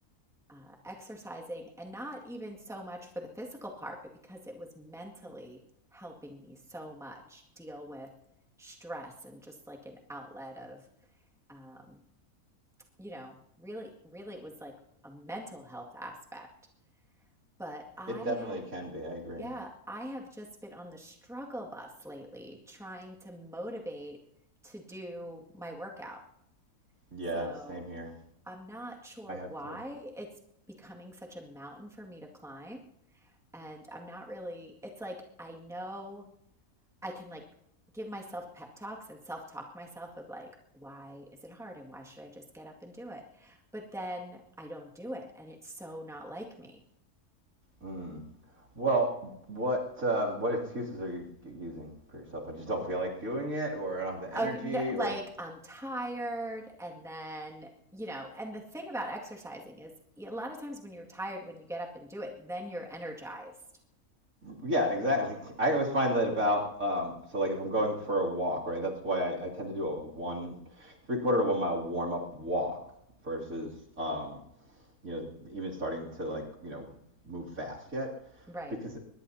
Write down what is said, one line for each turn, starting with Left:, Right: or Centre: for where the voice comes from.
Centre: uh, exercising and not even so much for the physical part, but because it was mentally helping me so much deal with stress and just like an outlet of um, you know, really, really it was like a mental health aspect. But I
Right: It definitely
Centre: have,
Right: can be. I agree.
Centre: yeah, I have just been on the struggle bus lately trying to motivate to do my workout.
Right: Yeah,
Centre: So
Right: same here.
Centre: I'm not sure
Right: I have
Centre: why
Right: too.
Centre: it's becoming such a mountain for me to climb. And I'm not really, it's like I know. I can like give myself pep talks and self-talk myself of like, why is it hard and why should I just get up and do it? But then I don't do it and it's so not like me.
Right: Mm. Well, what um, what excuses are you using for yourself? I just don't feel like doing it, or I don't have the energy,
Centre: Okay, no, like
Right: or
Centre: I'm tired and then, you know, and the thing about exercising is a lot of times when you're tired, when you get up and do it, then you're energized.
Right: yeah, exactly. <laughs> I always find that about um, so like if I'm going for a walk, right? That's why I, I tend to do a one, three quarter to one mile warm up walk versus um, you know even starting to like you know move fast yet
Centre: Right,
Right: because